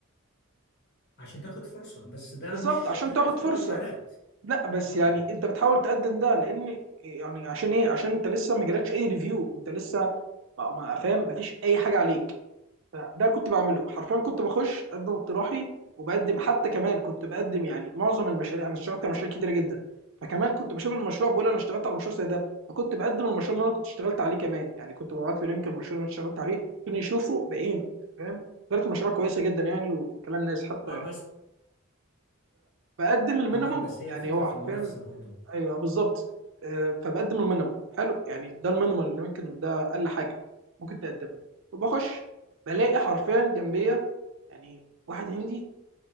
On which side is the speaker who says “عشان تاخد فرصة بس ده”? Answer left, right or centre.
Left